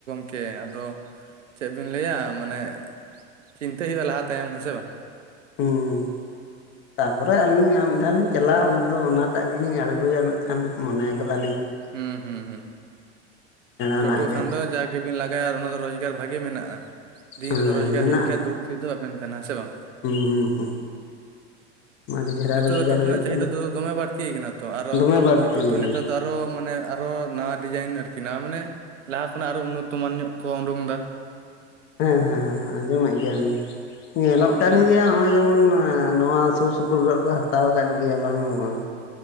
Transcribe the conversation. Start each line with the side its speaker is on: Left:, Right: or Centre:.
Right: ᱠᱮ ᱟᱫᱚ ᱪᱮᱫ ᱵᱤᱱ ᱞᱟᱹᱭᱟ, ᱢᱟᱱᱮ ᱪᱤᱱᱛᱟᱹᱭ ᱦᱩᱭᱩᱜᱼᱟ ᱞᱟᱦᱟ ᱛᱟᱭᱚᱢ ᱦᱮᱸ ᱥᱮ ᱵᱟᱝ?
Left: ᱦᱩᱸ᱾ ᱛᱟᱯᱚᱨᱮ ᱟᱹᱞᱤᱧ ᱟᱨ ᱢᱤᱫ ᱫᱷᱟᱣ ᱞᱤᱧ ᱪᱟᱞᱟᱜᱼᱟ, ᱩᱱ ᱫᱚ ᱚᱱᱟ ᱴᱟᱜ ᱜᱮ ᱞᱤᱧ ᱟᱲᱜᱳᱭᱟ ᱱᱟᱜ ᱠᱷᱟᱱ ᱢᱚᱱᱮ ᱠᱟᱫᱟᱞᱤᱧ᱾
Right: ᱦᱩᱸ ᱦᱩᱸ ᱦᱩᱸ
Left: ᱥᱮᱬᱟᱱᱟᱜ
Right: ᱴᱳᱴᱳ
Left: ᱜᱮ
Right: ᱠᱷᱟᱱ ᱫᱚ ᱡᱟᱠ ᱜᱮ ᱵᱤᱱ ᱞᱟᱜᱟᱭᱟ ᱟᱨ ᱚᱱᱟ ᱫᱚ ᱨᱚᱡᱽᱜᱟᱨ ᱵᱷᱟᱜᱮ ᱢᱮᱱᱟᱜᱼᱟ, ᱫᱤᱱ
Left: ᱦᱮᱸ
Right: ᱨᱮᱫᱚ ᱨᱚᱡᱽᱜᱟᱨ
Left: ᱢᱮᱱᱟᱜᱼᱟ
Right: ᱦᱩᱭᱩᱜ ᱜᱮᱭᱟ, ᱫᱩᱲᱩᱵ ᱛᱤ ᱫᱚ ᱵᱟᱵᱮᱱ ᱛᱟᱦᱮᱱᱟ ᱦᱮᱸ ᱥᱮ ᱵᱟᱝ?
Left: ᱦᱩᱸ ᱦᱩᱸ ᱦᱩᱸ᱾ ᱟᱹᱰᱤ ᱪᱮᱦᱨᱟ
Right: ᱱᱤᱛᱚᱜ
Left: ᱨᱳᱡᱽᱜᱟᱨ
Right: ᱫᱚ ᱴᱳᱴᱳ
Left: ᱦᱩᱭᱩᱜ
Right: ᱨᱮᱱᱟᱜ ᱪᱟᱦᱤᱫᱟ
Left: ᱠᱟᱱᱟ
Right: ᱫᱚ ᱫᱚᱢᱮ ᱵᱟᱹᱲᱛᱤ ᱟᱠᱟᱱᱟ ᱛᱚ, ᱟᱨᱚ
Left: ᱫᱚᱢᱮ
Right: ᱟᱢ
Left: ᱵᱟᱹᱲᱛᱤᱭᱮᱱᱟ
Right: ᱴᱳᱴᱳ ᱱᱮᱛᱟᱨ ᱫᱚ ᱟᱨᱼᱼ ᱟᱨᱚ ᱢᱟᱱᱮ ᱟᱨᱚ ᱱᱟᱣᱟ ᱰᱤᱡᱟᱭᱤᱱ ᱟᱨᱠᱤ, ᱱᱟᱣᱟ ᱢᱟᱱᱮ ᱞᱟᱦᱟ ᱠᱷᱚᱱᱟᱜ ᱟᱨᱚ ᱩᱱᱱᱚᱛᱚᱢᱟᱱ ᱧᱚᱜ ᱠᱚ ᱩᱰᱩᱝ ᱫᱟ᱾
Left: ᱦᱮᱸ ᱦᱮᱸ ᱦᱮᱸ, ᱟᱸᱡᱚᱢᱮᱫ ᱜᱮᱭᱟᱞᱤᱧ, ᱧᱮᱞᱚᱜ ᱠᱟᱱ
Right: ᱦᱩᱸ
Left: ᱜᱮᱭᱟ ᱱᱚᱜᱼᱚᱭ ᱡᱮᱢᱚᱱ, ᱱᱚᱣᱟ ᱥᱩᱨ ᱥᱩᱯᱩᱨ ᱠᱚᱨᱮᱜ ᱠᱚ ᱦᱟᱛᱟᱣ ᱠᱟᱫ ᱜᱮᱭᱟ, ᱵᱟᱝ ᱫᱚ ᱵᱟᱝ᱾